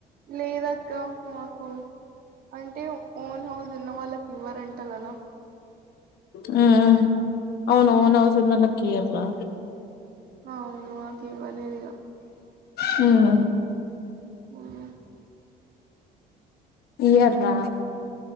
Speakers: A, on the right; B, on the left.
A: లేదక్క మాకు అం. అంటే ఓన్ హౌస్ ఉన్న వాళ్ళకి ఇవ్వర్ అంట కదా.
B: హ్మ్, ఆ అవును అవును ఓన్ హౌస్ ఉన్న వాళ్ళకి ఇయర్ రా.
A: అవును మాకు ఇవ్వలేదు ఇగ.
B: హ్మ్
A: హ్మ్
B: ఇయర్ రా.